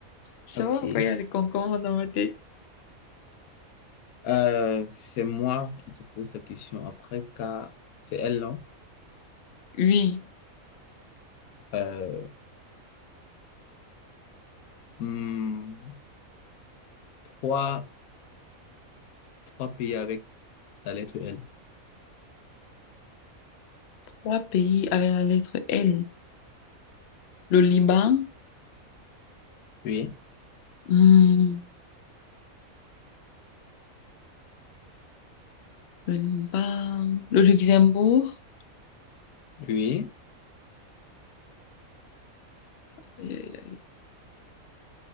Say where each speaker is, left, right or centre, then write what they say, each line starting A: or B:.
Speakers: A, on the left; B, on the left.
A: Je
B: Ok.
A: sais pas pourquoi il y a les concombres dans ma tête.
B: Euh, c'est moi qui te pose la question après, car c'est elle, non?
A: Oui,
B: Euh, hmm, trois, trois pays avec la lettre L.
A: trois pays avec la lettre L. Le Liban,
B: Oui,
A: hmm, le Liban, le Luxembourg,
B: oui.
A: Aïe, aïe, aïe.